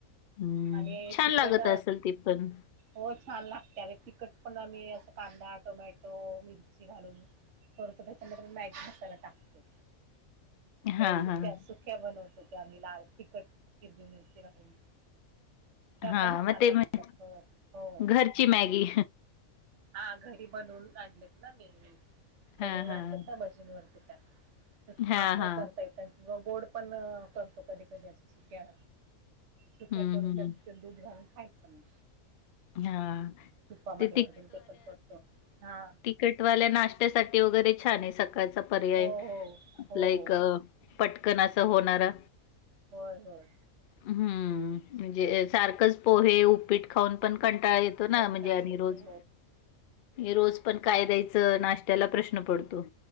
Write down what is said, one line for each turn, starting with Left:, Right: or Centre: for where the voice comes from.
Left: हम्म
Right: आणि
Left: छान
Right: तिखट
Left: लागत असेल ती पण
Right: हो छान लागते तखट पण मही अस कांदा टोमॅटो मिरची घालून करतो त्या म म मॅगी मसाला टाकतो. त्या
Left: हां,
Right: सुख्या
Left: हां.
Right: सुख्या बनवतो त्या आम्ही लाल तिखट किरवी मिरशी घहिली. त्या
Left: हां,
Right: पण छान
Left: मग ते
Right: लागतात
Left: म्हण
Right: हो हो.
Left: घरची मॅगी.
Right: हा घरी बनवून आणढलेत ना मी
Left: हां,
Right: बनवून
Left: हां.
Right: आणलं का भजनीवररती त्यां
Left: हां,
Right: असं
Left: हां.
Right: करता य किंवा गोड पण करतो कधी कधी सुक्या सुक्या
Left: हं,
Right: करून
Left: हं.
Right: त्यात दूध घालून खायचं मग
Left: हां,
Right: तुपामध्ये
Left: ते
Right: घालून ते पण करत. हा.
Left: तिकटवाल्या नाशत्यासाठी वगैरे छान आहे सकाळचा पर्याय
Right: हो हो
Left: आपला
Right: हो
Left: एक. पटकन असं होणार.
Right: होय होय.
Left: हम्म म्हणजे सारखंच पोहे उपीट खाऊन पण कंटाळ येत. तो ना
Right: कंटाळा
Left: म्हणजे आणि
Right: येतो
Left: रोज रोज पण काय द्यायचं नाश्त्याला प्रश्न पडतो.